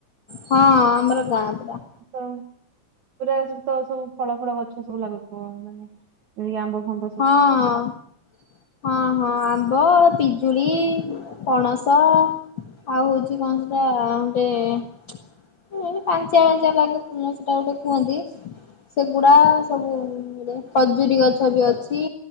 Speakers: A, on the left (about 65°); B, on the right (about 55°).
A: ହଁ, ଆମର ଗାଁ ପୁରା।
B: ସ, ପୁରା ସବୁ ତ, ସବୁ ଫଳ ଫଳ ଗଛ ସବୁ ଲାଗୁଥିବ ମାନେ ଏଇ ଆମ୍ବ ଫାମ
A: ହଁ ଅ। ହଁ ହଁ, ଆମ୍ବ, ପିଜୁଳି, ପଣସ ଆଉ ହଉଛି କଣ ସେଟା, ଗୋଟେ ମୁଁ କହିନି, ପାଞ୍ଚିଆ ପାଞ୍ଚିଆ ଲାଗେ, ଙ୍କ ସେଟା ଗୋଟେ କୁହନ୍ତି? ସେଗୁଡା ସବୁରେ, ଖଜୁରୀ ଗଛ ବି ଅଛି,